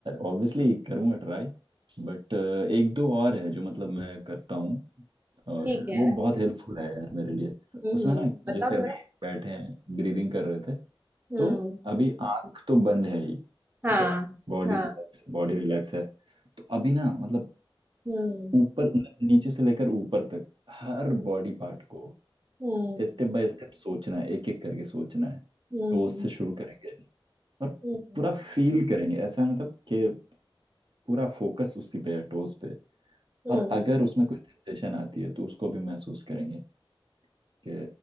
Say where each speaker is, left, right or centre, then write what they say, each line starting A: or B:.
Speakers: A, on the right; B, on the right.
A: ऑब्वियसली करूँगा ट्राई बट एक दो और है जो मतलब मैं करता हूँ और
B: ठीक है
A: वो बहुत हेल्पफुल है यार मेरे लिए
B: हम्म
A: उसमें
B: हम्म
A: ना
B: बताओ
A: जैसे
B: जरा
A: अभी बैठे हैं ब्रीदिंग कर रहे थे
B: हम्म
A: तो अभी आंख तो बंद है ही
B: हाँ
A: ठीक है बॉडी
B: हाँ
A: रिलैक्स बॉडी रिलैक्स है तो अभी ना मतलब
B: हम्म
A: ऊपर मतलब नीचे से लेकर ऊपर तक हर
B: हम्म
A: बॉडी पार्ट को
B: हम्म
A: स्टेप बाय स्टेप सोचना है एक एक करके सोचना है
B: हम्म
A: टोस से शुरू करेंगे और
B: हम्म
A: पूरा फील करेंगे ऐसा है मतलब कि पूरा फोकस उसी पे है टोस पे
B: हम्म,
A: और अगर उसमें कोई टेंशन आती है तो उसको भी महसूस करेंगे कि